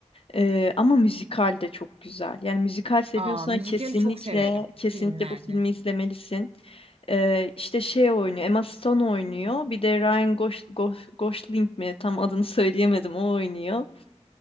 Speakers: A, on the left; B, on the right.
A: Ee, ama müzikal de çok güzel. Yani müzikal seviyorsan
B: Aa, müzikali
A: kesinlikle
B: çok severim
A: kesinlikle
B: filmlerde.
A: bu filmi izlemelisin. Ee, işte şey oynuyor, Emma Stone oynuyor. Bir de Ryan Gos Gos- Gosling mi? Tam adını <laughs> söyleyemedim. O oynuyor.